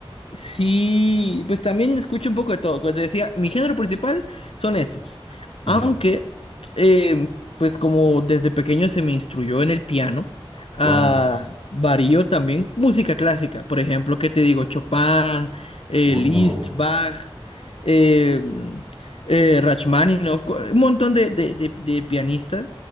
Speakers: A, on the left; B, in the centre.
A: Sí, pues también escucho un poco de todo. Como te decía, mi género principal son esos.
B: Ya.
A: Aunque, eh, pues como desde pequeño se me instruyó en el piano, ah,
B: Wow.
A: varío también música clásica. Por ejemplo, ¿qué te digo? Chopin, eh,
B: Wow.
A: Liszt, Bach, eh, eh, Rachmaninoff, cu- un montón de, de- de- de pianistas.